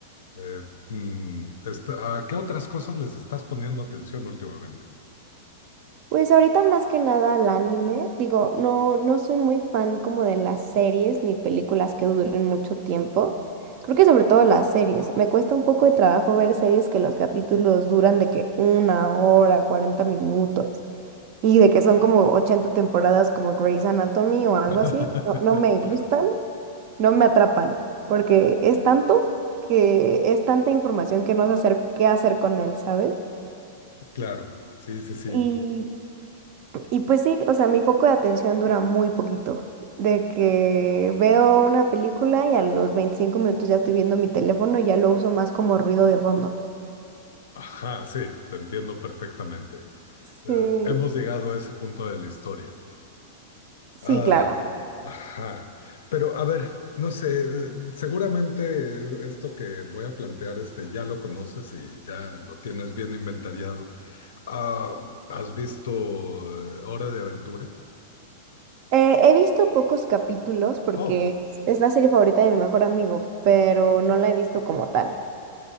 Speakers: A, on the left (about 80°); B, on the right (about 40°).
A: eh, mm, esta- a qué otras cosas les estás poniendo atención últimamente?
B: Pues ahorita más que nada al anime, digo, no, no soy muy fan como de las series ni películas que duren mucho tiempo. Creo que sobre todo las series. Me cuesta un poco de trabajo ver series que los capítulos duran de que una hora, 40 minutos y de que son como 80 temporadas como Grey's Anatomy o algo
A: <laughs>
B: así. No, no me
A: Claro,
B: gustan, no me atrapan, porque es tanto que es tanta información que no sé hacer qué hacer con él, ¿sabes?
A: claro, sí, sí, sí.
B: Y Y pues sí, o sea, mi foco de atención dura muy poquito. De que veo una película y a los 25 minutos ya estoy viendo mi teléfono y ya lo uso más como ruido de fondo.
A: Ajá, sí, te entiendo perfectamente. Eh,
B: Sí,
A: hemos llegado a ese punto de la historia.
B: sí,
A: Ah,
B: claro.
A: ajá. Pero a ver, no sé, eh, seguramente eh, esto que voy a plantear, este, ya lo conoces y ya lo tienes bien inventariado. Ah, ¿has visto eh, Hora de Aventura?
B: Eh, he visto pocos capítulos porque
A: Oh,
B: es es la serie favorita de mi mejor amigo, pero no la he visto como tal.